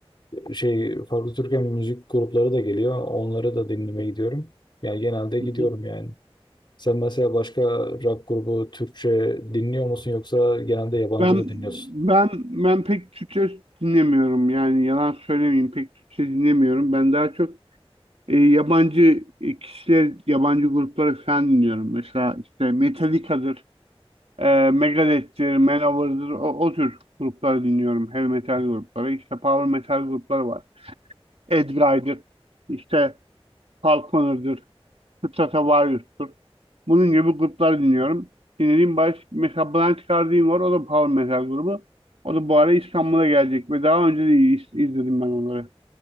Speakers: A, on the left; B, on the right.
A: şey farklı Türkçe müzik grupları da geliyor. Onları da dinlemeye gidiyorum. Yani genelde gidiyorum
B: Hı hı.
A: yani. Sen mesela başka rock grubu Türkçe dinliyor musun yoksa genelde yabancı
B: Ben
A: mı dinliyorsun?
B: ben ben pek Türkçe dinlemiyorum yani yalan söylemeyeyim pek Türkçe dinlemiyorum. Ben daha çok e, yabancı e, kişiler, yabancı grupları falan dinliyorum. Mesela işte Metallica'dır, e, Megadeth'tir, Manowar'dır o, o tür grupları dinliyorum. Heavy metal grupları. İşte power metal grupları var. Edguy'dır, işte Falconer'dır, Stratovarius'tur. Bunun gibi grupları dinliyorum. Dinlediğim baş, mesela Blind Guardian var, o da power metal grubu. O da bu ara İstanbul'a gelecek ve daha önce de iz- izledim ben onları.